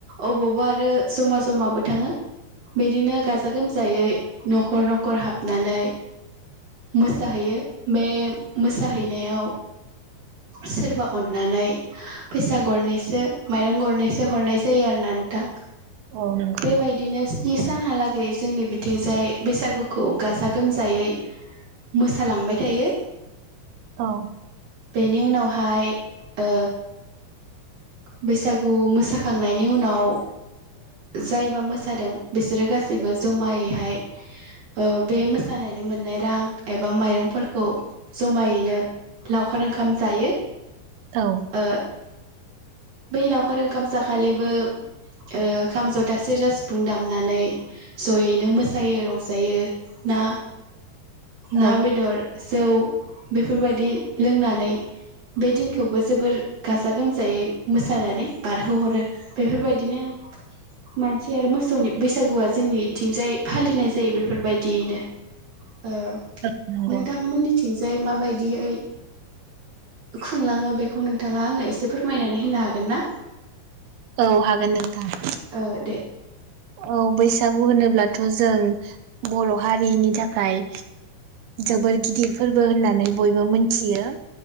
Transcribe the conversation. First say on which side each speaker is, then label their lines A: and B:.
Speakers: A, on the right; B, on the right.
A: अबावबा आरो जमा जमाबो थाङो बिदिनो गाजा-गोमजायै न'खर न'खर हाबनानै मोसाहैयो। बे मोसाहैनायाव सोरबा अननानै फैसा गरनैसो माइरं गरनैसो हरनाय जायो आरो ना नोंथां।
B: औ नंगौ
A: बेबायदिनो स्नि सानहालागै जोंनि बिथिजाय बैसागुखौ गाजा गोमजायै मोसालांबाय थायो।
B: औ।
A: बेनि उनावहाय ओ बैसागु मोसाखांनायनि उनाव जायबा मोसादों बिसोरो गासैबो जमायैहाय ओ बे मोसानानै मोननाय रां एबा माइरंफोर औ जमायैनो लावखार ओंखाम जायो
B: औ।
A: ओ बै लावखार ओंखाम जाखालिबो ओ खाम ज <unintelligible> सेरजा सिफुं दामनानै ज'यैनो मोसायो रंजायो ना? ना
B: औ
A: बेदर। जौ बेफोरबायदि लोंनानै बे दिनखौबो जोबोर गाजा गोमजायै मोसानानै बारहोहरो बेफोरबायदिनो मानसि आरो मोसौनि बैसागुआ जोंनि इथिंजाय फालिनाय जायो बेफोरबायदियैनो। ओ
B: नंगौ
A: नोंथांमोननिथिंजाय माबाय दियै खुंलाङो बेखौ नोंथाङा आंनो एसे फोरमायनानै होनो हागोन ना?
B: औ हागोन नोंथां।
A: औ दे।
B: औ बैसागु होनोब्लाथ' जों बर' हारिनि थाखाय जोबोर गिदिर फोरबो होननानै बयबो मोनथियो।